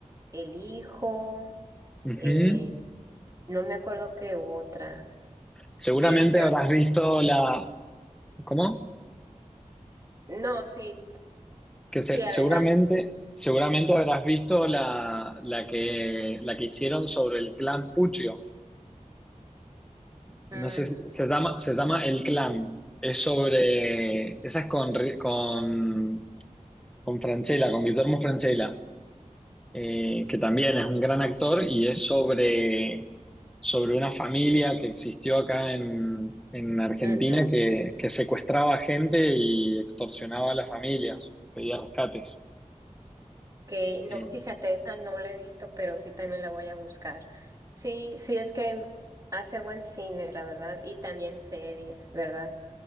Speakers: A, on the right (about 25°); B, in the centre.
A: El Hijo,
B: Ujú.
A: eh, no me acuerdo qué otra,
B: Seguramente
A: eh, pero
B: habrás visto la. ¿Cómo?
A: No, sí,
B: Que se-
A: sí, adelante.
B: seguramente, seguramente habrás visto la, la que, la que hicieron sobre el clan Puccio. No
A: Mm,
B: sé, si- se llama, se llama El Clan. Es sobre. Esa es con, Ri- con, con Francella, con Guillermo Francella. eh, que también es un gran actor y es sobre, sobre una familia que existió acá en, en Argentina
A: ujú.
B: que, que secuestraba gente y extorsionaba a las familias, pedía rescates.
A: Que
B: Eh,
A: no, fíjate, esa no la he visto, pero sí también la voy a buscar. Sí, sí, es que hace buen cine, la verdad, y también series, ¿verdad?